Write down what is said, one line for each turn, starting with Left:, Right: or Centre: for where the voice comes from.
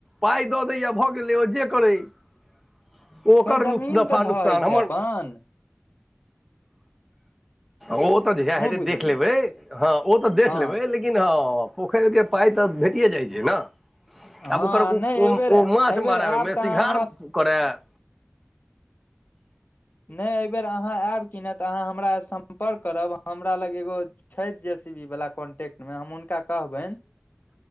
Centre: पाइ दऽ दैये भऽ गेलै ओ जे करै ओ ओकर
Left: फेर जमीन
Centre: नफा
Left: तऽ ढहै
Centre: नुकसान हम्मर
Left: छै अपन
Centre: ओ तऽ जहिया
Left: नहि
Centre: हेतै
Left: बुझलियै
Centre: देख लेबै, हँ ओ तऽ देख
Left: हँ
Centre: लेबै लेकिन हँ पोखरि के पाइ तऽ भेटिेये जाइ छै न।
Left: हँ
Centre: आब ओकर उ,
Left: आ नहि एहिबेर
Centre: ओ
Left: एहिबेर
Centre: माछ मारय
Left: आयब
Centre: ओहिमे सिंघार
Left: तऽ अहाँ हमरा
Centre: करै
Left: नहि एहिबेर अहाँ ऐब कि ने तऽ अहाँ हमरा स सम्पर्क करब हमरा लग एगो छथि जे सी बी बला कॉन्टैक्टमे हम हुनका कहबनि